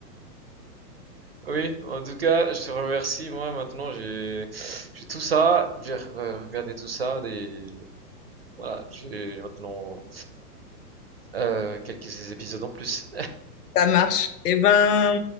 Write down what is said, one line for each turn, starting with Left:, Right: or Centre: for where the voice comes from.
Right: Oui. En tout cas, je te remercie. Moi, maintenant, j'ai j'ai tout ça. J'ai re- regardé tout ça, des Voilà, j'ai maintenant euh, quelques épisodes en plus.
Left: Ça marche. Eh ben,